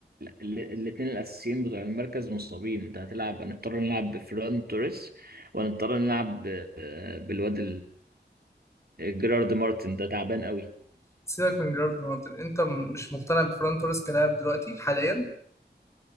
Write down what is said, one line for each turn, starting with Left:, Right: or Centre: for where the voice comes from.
Right: الاثنين الاساسيين بتوع المركز مصابين انت هتلعب هنضطر نلعب بفران توريس ونضطر نلعب ب- آه، بالواد جيرارد مارتن ده تعبان قوي
Left: سيبك من جيرارد مارتن انت م- مش مقتنع بفران توريس كلاعب دلوقتي حاليا